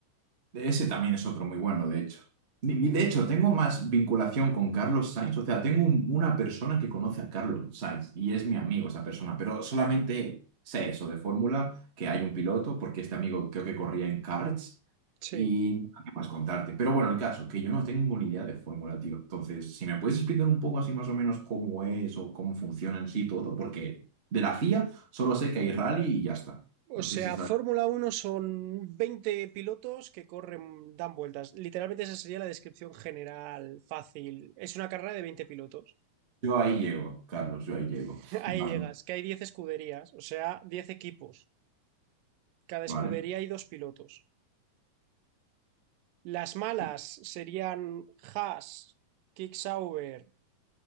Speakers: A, on the right; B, on the right.
A: de Ese también es otro muy bueno, de hecho. Ni- De hecho, tengo más vinculación con Carlos Sainz, o sea, tengo un- una persona que conoce a Carlos Sainz y es mi amigo esa persona, pero solamente sé eso de fórmula, que hay un piloto, porque este amigo creo que corría en karts
B: Sí.
A: y nada más contarte. Pero bueno, el caso, que yo no tengo ni idea de fórmula, tío. Entonces, si me puedes explicar un poco así más o menos cómo es o cómo funciona en sí todo, porque de la FIA solo sé que hay rally y ya está. No
B: O
A: sé
B: sea,
A: si está...
B: Fórmula Uno son 20 pilotos que corren, dan vueltas. Literalmente esa sería la descripción general, fácil. Es una carrera de 20 pilotos.
A: Yo ahí llego, Carlos, yo ahí llego.
B: <laughs>
A: <laughs>
B: Ahí
A: Más
B: llegas,
A: o
B: que hay 10 escuderías, o sea, 10 equipos. Cada escudería
A: ¿vale?
B: hay dos pilotos. Las malas
A: Y-
B: serían Haas, Kicksauber